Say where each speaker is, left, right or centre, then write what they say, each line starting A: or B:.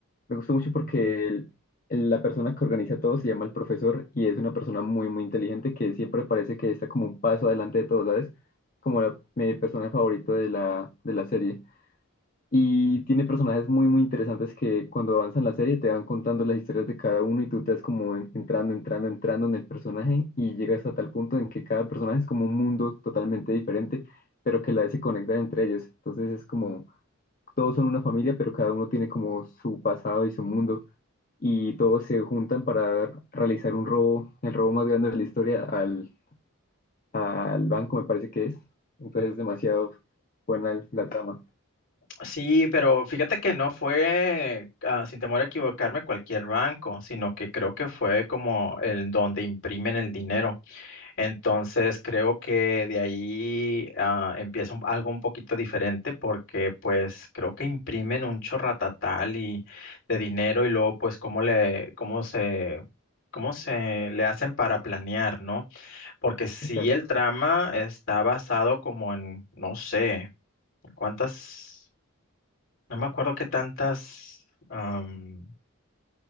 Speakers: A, on the left; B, on the left.
A: Me gustó mucho porque el- el- la persona que organiza todo se llama el profesor y es una persona muy, muy inteligente que siempre parece que está como un paso adelante de todos, ¿sabes? Como la, mi personaje favorito de la, de la serie. Y tiene personajes muy, muy interesantes que cuando avanzan la serie te van contando las historias de cada uno y tú te vas como en- entrando, entrando, entrando en el personaje y llegas a tal punto en que cada personaje es como un mundo totalmente diferente, pero que a la vez se conectan entre ellos. Entonces es como, todos son una familia, pero cada uno tiene como su pasado y su mundo y todos se juntan para realizar un robo, el robo más grande de la historia al, al banco, me parece que es. Entonces es demasiado buena la trama.
B: Sí, pero fíjate que no fue, ah, sin temor a equivocarme, cualquier banco, sino que creo que fue como el donde imprimen el dinero. Entonces creo que de ahí ah, empieza un- algo un poquito diferente porque pues creo que imprimen un chorratatal y de dinero y luego pues cómo le, cómo se, cómo se le hacen para planear, ¿no? Porque si
A: Exacto.
B: el trama está basado como en, no sé, cuántas no me acuerdo qué tantas am,